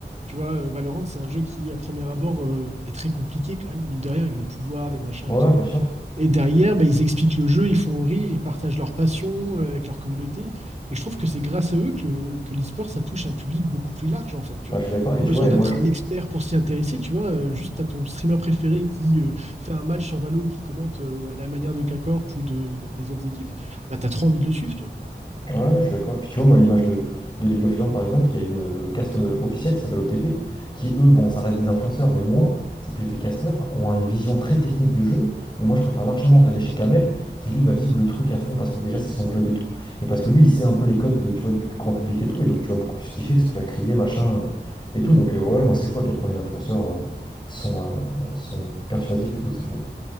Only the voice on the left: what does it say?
Ouais,
ouais,
bien sûr.
Bah,
je suis d'accord. Et
tu
vois, et moi,
je...
Ouais, je suis d'accord. Et puis, tu vois, moi, l'image de, de League of Legends, par exemple, il y a une, le cast euh, officiel qui s'appelle OTP, qui, eux, bon, ça reste des influenceurs, mais moins, c'est plus des casteurs, ont une vision très technique du jeu. Mais moi, je préfère largement regarder chez Kamel, qui, lui, va vivre le truc à fond, parce que déjà, c'est son club et tout. Et parce que lui, il sait un peu les codes de, tu vois, du plus grand public et tout. Et donc, tu vas beaucoup plus kiffer, parce qu'il va crier, machin, euh, et tout.
Donc, euh, ouais, non, c'est fou à quel point les influenceurs euh, sont, euh, sont persuasifs et tout, c'est fou.